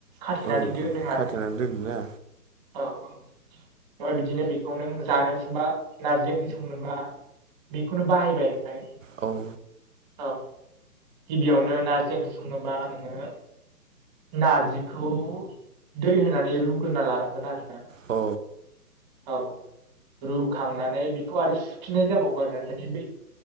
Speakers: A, on the right (about 25°); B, on the right (about 50°).
A: खाथेनानै
B: ओ
A: दोनो
B: खाथेनानै
A: आरोना नोंथां
B: दोनोना
A: औ औ। बा बिदिनो बेखौ नों जानो सोबा नारजि ओंख्रि संनोबा बेखौनो बाहायबाय ओमफाय।
B: औ
A: औ गिबियावनो नारजि ओंख्रि संनोबा नोङो नारजिखौ दै होनानै रुग्रोना लानांगोन आरोना।
B: अ।
A: औ रुखांनानै बेखौ आरो सुफिननाय जाबावो आरोना माने बै